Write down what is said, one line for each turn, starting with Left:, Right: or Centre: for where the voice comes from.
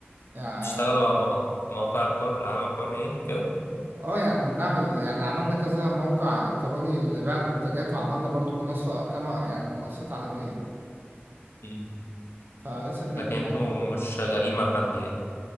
Right: يعني
Left: بتشتغلوا على مو- مواقع الحر العمل الحر يعني وكده
Right: اه يعني بنعمل يعني عملنا كذا موقع الكتروني لبيع المنتجات وعملنا برضو منصه كما يعني منصه تعليميه
Left: مم.
Right: فلسه بنبدا
Left: لكن انتوا مش شغالين مع حد يعني